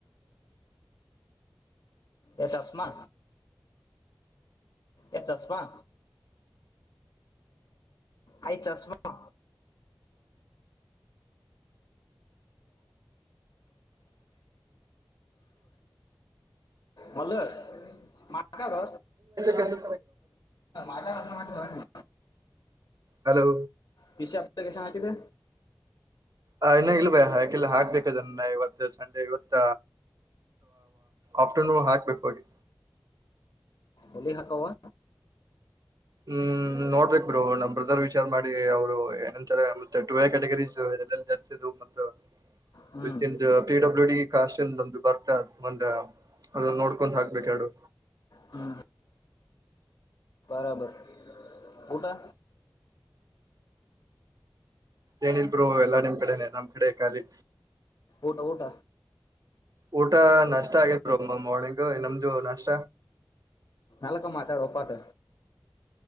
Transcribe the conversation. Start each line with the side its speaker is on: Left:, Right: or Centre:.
Left: ಎ ಚಸ್ಮಾ ಎ ಚಸ್ಮಾ ಆಯ್ ಚಸ್ಮಾ ಮಲ್ಲೂ ಮ ತ್ಯಾಡೊ
Right: ಕೆಲ್ಸ
Left: ಆಟ ಆಟ ಮಾಡ ಭ <unintelligible> <inaudible>
Right: ಹಲೋ
Left: ಪಷ ಕಸ <unintelligible> ಕಿದೆ
Right: ಆ ಇನ್ನ ಇಲ್ಬೆ ಹಾಕಿಲ್ಲ ಹಾಕ್ಬೇಕು ನ್ನ ಇವತ್ತು ಸಂಡೆ ಇವತ್ತ ಆಫ್ಟರ್ನೂನ್ ಹಾಕ್ಬೇಕು ಹೋಗಿ
Left: ಎಲ್ಲಿ ಹಕವಾ
Right: ಹ್ಮ್ ನೋಡ್ಬೇಕ್ ಬ್ರೋ ನಮ್ ಬ್ರದರ್ ವಿಚಾರ್ ಮಾಡಿ ಅವ್ರು ಏನಂತಾರೆ ಟೂ ಏ ಕೆಟಗರಿ ಇರುದೆಲ್ ಜಾಸ್ತಿದುದು ಮ
Left: ಹ್ಮ್
Right: <unintelligible> ಪಿಡಬ್ಲ್ಯೂ ಡಿ ಷ್ಟಿಂದೊ್ದ ಬರ್ತ ಮಂದೆ ಅದನ್ನ ನೋಡ್ಕೊಂಡ್ ಹಾಕ್ಬೇಕ ಎರಡು
Left: ಹ್ಮ ಬರಬರ ಊಟಾ
Right: ಏನಿಲ್ಬೋ ಎಲ್ಲಾ ನಿಮ್ ಕಡೆನೆ ನಮ್ ಕಡೆ ಖಾಲಿ
Left: ಊಟ ಊಟ
Right: ಊಟ ನಷ್ಟ ಆಗಿತ್ತು ರೊಂಬ ಮಳಕು ನಮ್ದು ನಾಷ್ಟ
Left: ಮೆಲ್ಲಕ ಮಾತಾಡೋ ಪಾ ಅಟ್